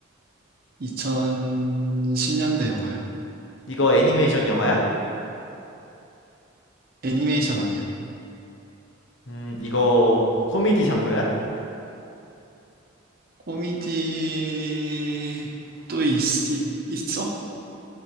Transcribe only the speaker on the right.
2010년대 영화야.
애니메이션 아니야.
코미디 또 있, 있, 있어?